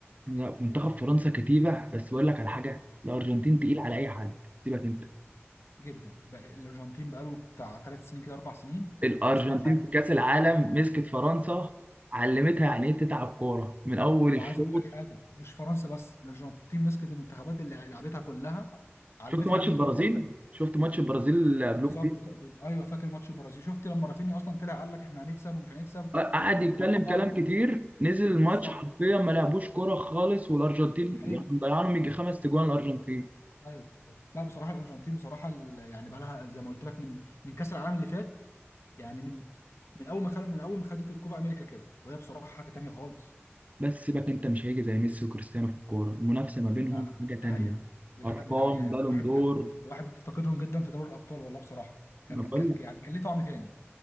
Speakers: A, on the right; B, on the left.
A: يعني لا منتخب فرنسا كتيبه بس بقول لك على حاجه الارجنتين
B: مم.
A: تقيل على اي حد سيبك انت
B: جدا بقى- الارجنتين بقاله بتاع ثلاث سنين كده اربع سنين
A: الارجنتين
B: بصراحه
A: في كاس العالم مسكت فرنسا علمتها يعني ايه تتعب كوره من اول
B: وعايز
A: الشوط
B: اقول لك حاجه مش فرنسا بس الارجنتين مسكت المنتخبات اللي لعبتها كلها علمتها
A: شفت ماتش
B: يعني
A: البرازيل
B: ايه كوره تانيه
A: شفت ماتش البرازيل اللي قبلوك
B: بالظبط
A: فيه
B: ف- ايوه فاكر ماتش البرازيل شفت لما رافينيا اصلا طلع قال لك احنا هنكسب ومش هنكسب
A: قعد
B: وهنقطعهم
A: يتكلم كلام كتير نزل الماتش
B: بالظبط
A: حرفيا ما لعبوش كوره خالص والارجنتين
B: حقيقه
A: يعني مضيعانهم يجي خمس تجوان الارجنتين
B: ايوه لا بصراحه الارجنتين بصراحه ال- يعني بقى لها زي ما قلت لك من من كاس العالم اللي فات يعني من من اول ما خل... من اول ما خدت الكوبا امريكا كده وهي بصراحه حاجه تانيه خالص
A: بس سيبك انت مش هيجي زي ميسي وكريستيانو في الكوره المنافسه ما بينهم
B: لا
A: حاجه تانية
B: دي حقيقة بجد
A: ارقام
B: دي حقيقة يعني
A: بالون
B: الواحد
A: دور
B: بجد الواحد بيفتقدهم جدا في دوري الأبطال والله بصراحة كان
A: انا بقول
B: ك...
A: لك
B: يعني كان ليه طعم تاني